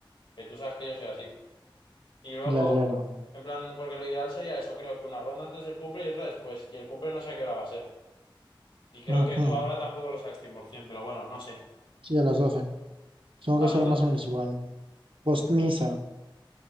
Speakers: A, on the left; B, on the right.
A: Que tú sabes que yo soy así. Y luego,
B: ya, claro.
A: en plan, porque lo ideal sería eso, creo que una ronda antes del cumple y otra después. Y el cumple no sé a qué hora va a ser. Y creo
B: Ujú,
A: que tú ahora tampoco lo sabes 100%, pero bueno, no sé.
B: Sí, a las doce Tengo
A: A
B: que
A: las
B: ser
A: doce
B: más o menos igual. Postmisa.